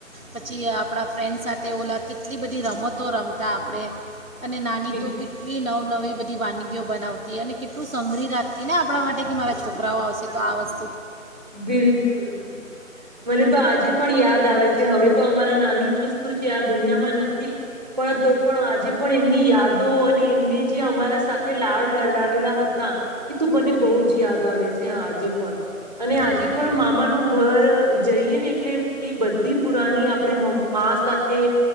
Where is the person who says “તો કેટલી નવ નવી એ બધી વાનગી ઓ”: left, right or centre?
Right